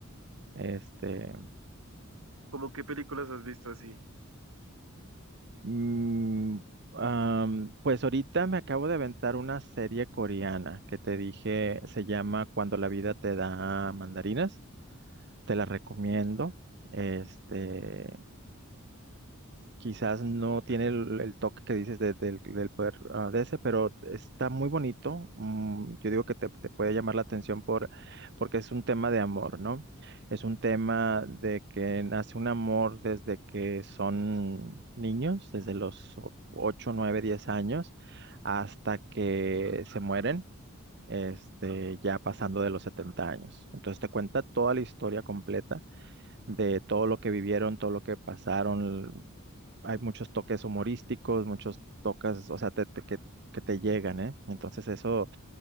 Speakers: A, on the right (about 50°); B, on the right (about 80°).
A: Este,
B: ¿cómo qué películas has visto así?
A: Mm, am, pues ahorita me acabo de aventar una serie coreana que te dije, se llama Cuando la vida te da mandarinas. Te la recomiendo. Este, Quizás no tiene el, el toque que dices de- del, del poder ah, de ese, pero está muy bonito. mm, yo digo que te, te puede llamar la atención por, porque es un tema de amor, ¿no? Es un tema de que nace un amor desde que son niños, desde los o- 8, 9, 10 años, hasta que se mueren, este, ya pasando de los 70 años. Entonces te cuenta toda la historia completa de todo lo que vivieron, todo lo que pasaron. Hay muchos toques humorísticos, muchos toques, o sea, te- te- que, que te llegan, ¿eh? Entonces eso